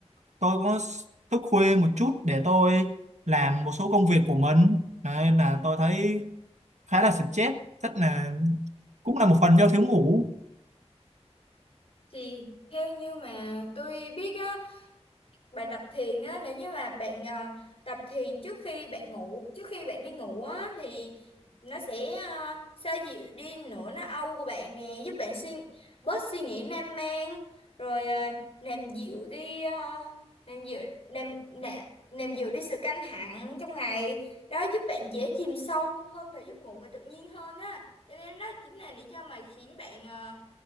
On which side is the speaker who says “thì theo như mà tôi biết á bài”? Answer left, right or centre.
Left